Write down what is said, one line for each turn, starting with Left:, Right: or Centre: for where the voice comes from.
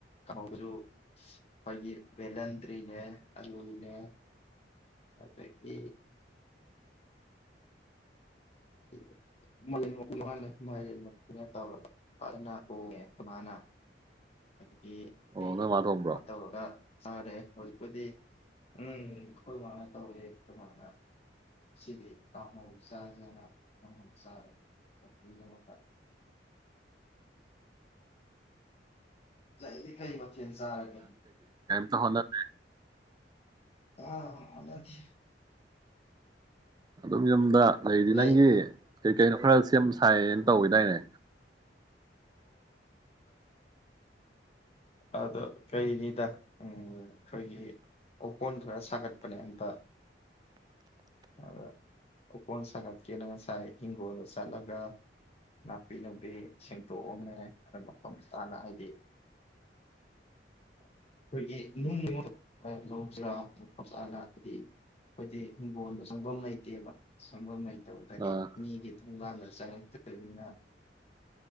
Left: ꯀꯥꯡꯍꯧꯁꯨ ꯑꯩꯈꯣꯏꯒꯤ ꯚꯦꯂꯟꯗ꯭ꯔꯤꯅꯦ ꯑꯂꯨꯅꯦ ꯑꯗꯒꯤ <inaudible> ꯃꯂ ꯃꯥꯔ ꯐꯖꯅꯥ ꯊꯣꯉꯏ ꯏꯃꯥꯅ ꯒꯤ
Right: ꯑꯣ
Left: ꯀꯩꯒꯤ
Right: ꯅꯣꯏ ꯃꯥ ꯊꯣꯡꯕ꯭ꯔꯣ
Left: ꯀꯃꯥꯏ ꯇꯧꯔꯒ ꯆꯥꯔꯦ ꯍꯧꯖꯤꯛꯄꯨꯗꯤ ꯎꯝ ꯑꯩꯈꯣꯏ ꯃꯥꯅ ꯇꯧꯋꯦ ꯑꯩꯈꯣꯏ ꯃꯥꯅ ꯁꯤꯗꯤ ꯀꯥꯡꯍꯧ ꯆꯥꯖꯥꯅ ꯑ ꯆꯥꯔꯦ ꯁꯧꯒꯔ꯭ꯦ ꯑꯃꯒꯥ ꯂꯩꯔꯤ ꯀꯩ ꯃꯊꯦꯜ ꯆꯥꯔꯒꯦ
Right: ꯍꯣꯅꯗꯦ
Left: ꯑꯥ ꯍꯣꯠꯅꯗꯦ
Right: ꯑꯗꯨꯝ ꯌꯨꯝꯗ ꯂꯩꯔꯤꯗꯤ
Left: ꯂꯩ
Right: ꯅꯪꯒꯤ ꯀꯩ ꯀꯩꯅꯣ ꯈꯔ ꯁꯦꯝ ꯁꯥꯏꯅ ꯇꯧꯏꯗꯥꯏꯅꯦ
Left: ꯑꯣ ꯑꯗꯣ ꯀꯔꯤꯅꯤꯗ ꯑꯩꯈꯣꯏꯒꯤ ꯎꯀꯣꯟ ꯈꯔ ꯁꯥꯒꯠꯄꯅꯦ ꯍꯟꯇ ꯑꯗ ꯎꯀꯣꯟ ꯁꯥꯒꯠꯀꯦꯅ ꯉꯁꯥꯏ ꯏꯤꯡꯒꯣꯜꯗ ꯆꯠꯂꯒ ꯅꯥꯄꯤ ꯅꯨꯪꯄꯤ ꯁꯦꯡꯇꯣꯛꯑꯝꯃꯦ ꯈꯔꯥ ꯃꯐꯝ ꯆꯥꯅ ꯍꯥꯏꯗꯤ ꯑꯩꯈꯣꯏꯒꯤ ꯅꯨꯡ ꯂꯧꯁꯤꯔꯥ ꯃ ꯆꯥꯅ ꯍꯥꯏꯗꯤ ꯑꯩꯈꯣꯏꯗꯤ ꯍꯤꯡꯒꯣꯜꯗꯣ ꯆꯪꯐꯝ ꯂꯩꯇꯦꯕ ꯆꯪꯐꯝ ꯂꯩ ꯑꯣ ꯍꯤꯗꯤ
Right: ꯑꯥ
Left: ꯃꯤꯒꯤ ꯊꯣꯡꯀꯥꯟꯗ ꯆꯪꯉꯛꯇꯕꯅꯤꯅ